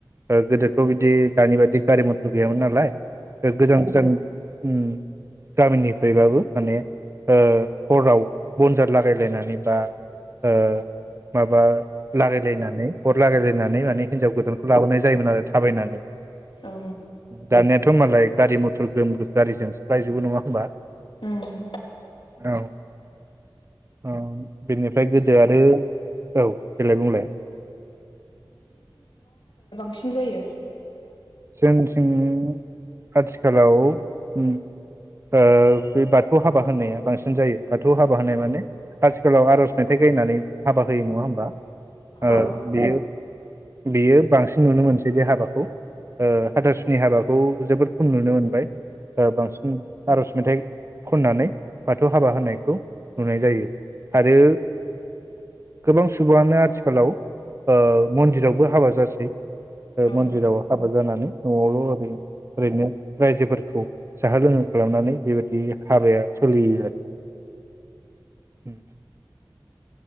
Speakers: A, on the right (about 35°); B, on the left (about 85°).
A: ओ गोदोथ' बिदि दानि बायदि गारि मथर गैयामोन नालाय। ओ गोजानस उम गामिनिफ्रायबाबो माने ओ हराव बनजार लागायलायनानै बा ओ मा बा लागायलायनानै अर लागायलायनानै माने हिनजाव गोदानखौ लाबोनाय जायोमोन आरो थाबायनानै
B: औ
A: दानेट थ' मालाय गारि मथ ग्रोम ग्रोम गारिजोंसो लायजोबो नङा होमबा?
B: उम
A: औ औ बेनिफ्राय गोदो आरो औ देलाय बुंलाय
B: सिन जायो?
A: जोंथिं आथिखालाव उ ओ बे बाथौ हाबा होननाया बांसिन जायो। बाथौ हाबा होनाय माने आथिखालाव आर'ज मेथाइ गायनानै हाबा होयो नङा होमबा? ओ
B: औ उम
A: बेयो बियो बांसिन नुनो मोनसै बे हाबाखौ। ओ हाथासुनि हाबाखौ जोबोद खम नुनो मोनबाय। ओ बांसिन आर'ज मेथाइ खननानै बाथौ हाबा होनायखौ नुनाय जायो आरो गोबां सुबुङानो आथिखालाव ओ मन्दिरावबो हाबा जासै। ओ
B: औ
A: मन्दिराव हाब हाबा जानानै न'आवल' ओरैनो ओरैनो रायजोफोरखौ जाहो लोंहो खालामनानै बेबायदि हाबाया सोलियो आरो।